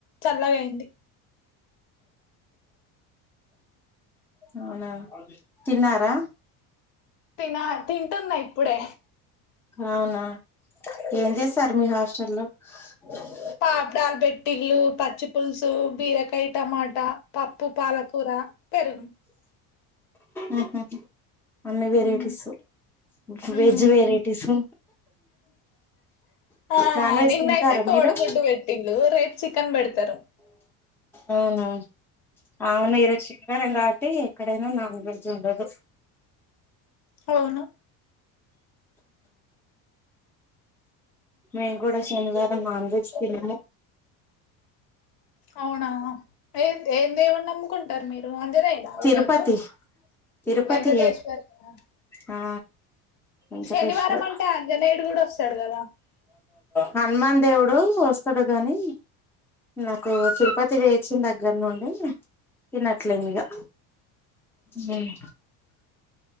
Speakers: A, on the left (about 70°); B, in the centre.
A: చల్లగయ్యింది
B: అవునా తిన్నారా
A: తిన తింటున్నా ఇప్పుడే
B: అవునా ఏం చేసారు మీ హాస్టల్లో అ
A: పాపడాలబెట్టిల్లు పచ్చి పులుసు బీరకాయ టమాటా పప్పు పాలకూర పెరుగు
B: మ్ హుమ్ అన్ని
A: ఉమ్
B: వెరైటీసు వెజ్
A: ఉమ్.
B: వెరైటీసు
A: ఆ
B: నాన్ వెజ్
A: నిన్నయితే
B: తింటారా
A: కోడిగుడ్డు
B: మీరు
A: పెట్టిళ్ళు రేపు చికెన్ పెడతారు
B: అవునువు అవును ఈ రోజు చికెన్ <unintelligible> అంటే ఎక్కడైనా నాన్ వెజ్ ఉండదు
A: అవును
B: మేము కూడా శనివారం నాన్ వెజ్ తినము
A: అవునా ఏ ఏం దేవుని నమ్ముకుంటారు మీరు ఆంజనేయుడా
B: తిరుపతి
A: ఈరోజు
B: తిరుపతి
A: వెంకటేశ్వరయ్య
B: ఆ వెంకటేశ్వర్
A: శనివారం అంటే ఆంజనేయుడు కూడా వస్తాడు కదా
B: హనుమాన్ దేవుడు వస్తాడు గాని నాకు తిరుపతి పోయెచ్చిన దగ్గర నుండి తినట్లే ఇక మ్